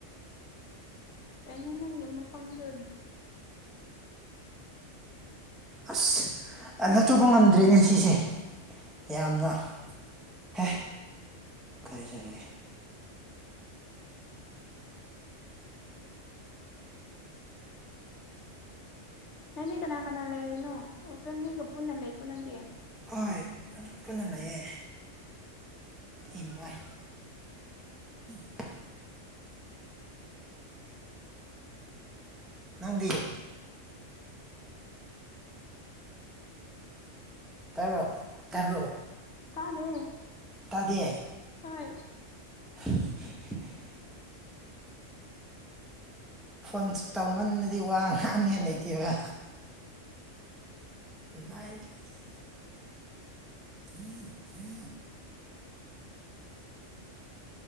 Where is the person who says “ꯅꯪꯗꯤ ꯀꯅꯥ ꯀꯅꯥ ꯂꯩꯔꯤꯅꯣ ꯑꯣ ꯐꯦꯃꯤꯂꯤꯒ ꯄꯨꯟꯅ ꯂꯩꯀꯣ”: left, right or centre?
Left